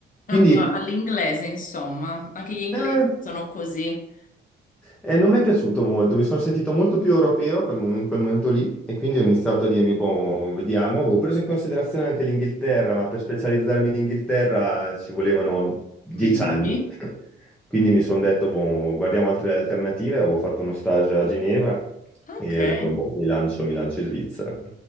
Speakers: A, on the left; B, in the centre.
A: Ah,
B: Quindi...
A: pro- All'inglese, insomma, anche gli inglesi
B: eh,
A: sono così.
B: E non mi è piaciuto molto, mi sono sentito molto più europeo quel mom- in quel momento lì e quindi ho iniziato a dirmi, boh, vediamo, avevo preso in considerazione anche l'Inghilterra, ma per specializzarmi in Inghilterra ci volevano dieci
A: Milioni.
B: anni, <laughs> quindi mi sono detto, boh, guardiamo altre alternative, avevo fatto uno stage a Ginevra
A: Ok.
B: e
A: Eh,
B: ho detto, boh, mi lancio, mi lancio in Svizzera.